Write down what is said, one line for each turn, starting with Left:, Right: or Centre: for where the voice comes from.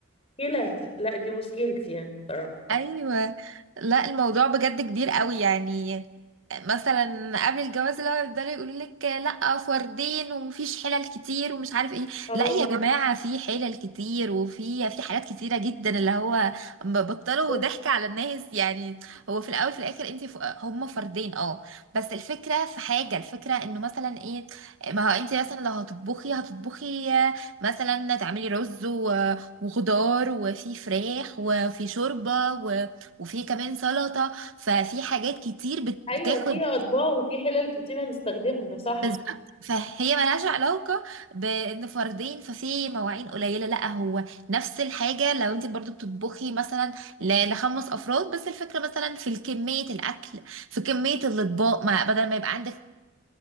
Left: مشكلة لا دي مشكلتي يعني صراحة
Right: ايوه لا الموضوع بجد كبير قوي يعني مثلا قبل الجواز لو يفضلوا يقولوا لك لا فردين ومفيش حلل كتير ومش عارف ايه
Left: اه
Right: لا يا جماعه في حلل كتير وفي في حاجات كتيره جدا اللي هو ب- بطلوا
Left: بالظبط.
Right: ضحك على الناس يعني هو في الاول في الاخر انت ف... هم فردين اه بس الفكره في حاجه الفكره انه مثلا ايه ما هو انت مثلا لو هتطبخي هتطبخي مثلا تعملي رز وخضار وفي فراخ وفي شوربة و... وفي كمان سلطة ففي حاجات كتير بت...
Left: ايوه
Right: بتاخد
Left: فيها اطباق وفي حلل كتير هنستخدمها صح
Right: بالظبط فهي ملهاش علاقة بان فردين ففي مواعين قليلة لا هو نفس الحاجة لو انت برضو بتطبخي مثلا ل- لخمس افراد بس الفكرة مثلا في كمية الاكل في كمية الاطباق ما بدل ما يبقى عندك